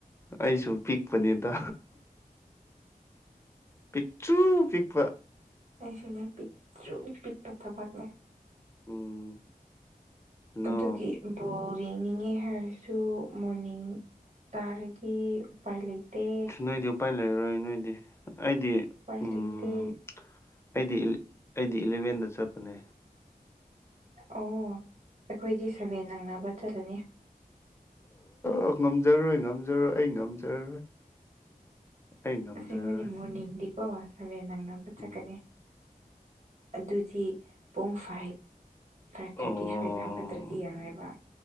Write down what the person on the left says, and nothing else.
ꯑꯩꯁꯨ ꯄꯤꯛꯄꯅꯦꯗ ꯄꯤꯛꯇꯨ ꯄꯤꯛꯄ
ꯎꯝ ꯀꯩꯅꯣ
ꯅꯣꯏꯗꯤ ꯎꯄꯥꯏ ꯂꯩꯔꯔꯣꯏ ꯅꯣꯏꯗꯤ ꯑꯩꯗꯤ
ꯎꯝ
ꯑꯩꯗꯤ ꯑꯩꯗꯤ ꯏꯂꯚꯦꯟꯗ ꯆꯠꯄꯅꯦ
ꯑ ꯉꯝꯖꯔꯔꯣꯏ ꯉꯝꯖꯔꯣꯏ ꯑꯩ ꯉꯝꯖꯔꯔꯣꯏ ꯑꯩ ꯉꯝꯖꯔꯔꯣꯏ
ꯎꯝ
ꯑꯣ